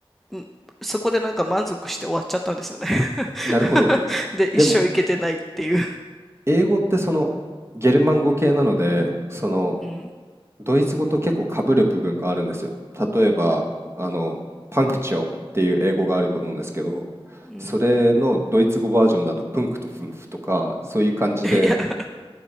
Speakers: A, in the centre; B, on the right.
A: んそこでなんか満足して終わっちゃったんですよね <laughs>
B: なるほど。
A: で一生行けてないっていう
B: でも、英語ってその、ゲルマン語系なので、その、
A: うん
B: ドイツ語と結構被る部分があるんですよ。例えば、あの、パンクチョーっていう英語があると思うんですけど、
A: うん
B: それのドイツ語バージョンだとプンクとフンフとか、そういう感じで
A: いや